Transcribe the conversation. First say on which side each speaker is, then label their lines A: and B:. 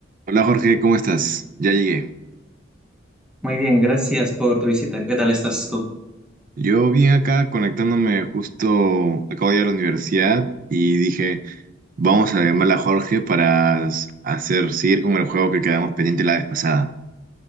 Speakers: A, on the right (about 45°); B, in the centre.
A: Hola Jorge, ¿cómo estás? Ya llegué.
B: Muy bien, gracias por tu visita. ¿Qué tal estás tú?
A: Yo vine acá conectándome justo, acabo de ir a la universidad y dije, vamos a llamar a Jorge para s- hacer, seguir con el juego que quedamos pendiente la vez pasada.